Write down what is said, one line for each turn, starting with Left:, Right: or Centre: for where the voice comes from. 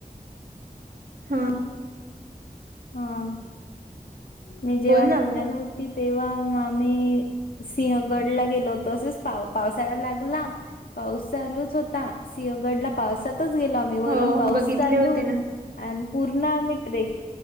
Right: हा
Left: हा मी, जेव्हा
Right: बोल ना
Left: पुण्याला होती तेव्हा, ग आम्ही सिंहगडला गेलो होतो, तच पा पावसाळा लागला पावसा, चा होता सिंगडला पावसात, गेलो आम्ही वरून
Right: हो
Left: पाऊस
Right: बघितले
Left: चालू,
Right: होते ना
Left: आणि पूर्ण आम्ही ट्रेक,